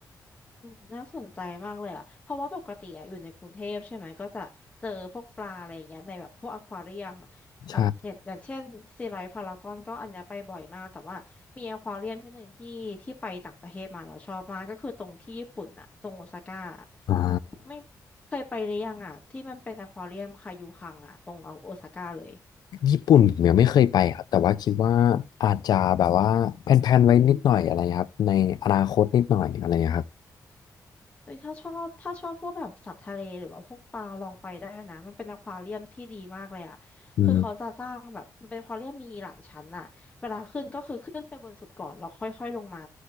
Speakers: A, on the left (about 20°); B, on the left (about 80°).
A: อืมน่าสนใจมากเลยอ่ะ เพราะว่าปกติอ่ะอยู่ในกรุงเทพใช่ไหมก็จะเจอพวกปลาอะไรอย่างเงี้ยในแบบพวกอควาเรียมอะแบบอย่างอย่างเช่นซีไลท์พารากอนก็อันเนี้ยไปบ่อยมากแต่ว่ามีอควาเรียมที่หนึ่งที่ที่ไปต่างประเทศมาเราชอบมากก็คือตรงที่ญี่ปุ่นอ่ะตรงโอซาก้าอะ
B: ใช่อ่า
A: ไม่เคยไปหรือยังอ่ะที่มันเป็นอควาเรียมคายูคังอ่ะตรงโอซาก้าเลย
B: ญี่ปุ่นผมยังไม่เคยไปครับแต่ว่าคิดว่าอาจจะแบบว่าแพลนๆไว้นิดหน่อยอะไรครับในอนาคตนิดหน่อยอะไรครับ
A: เอ้ยถ้าชอบถ้าชอบพวกแบบสัตว์ทะเลหรือว่าพวกปลาลองไปได้นะมันเป็นอควาเรียมที่ดีมากเลยอ่ะคือเขาจะสร้างแบบมันเป็นอควาเรียมมีหลายชั้นอ่ะเวลาขึ้นก็คือขึ้นไปบนสุดก่อนแล้วค่อยๆลงมา
B: อืม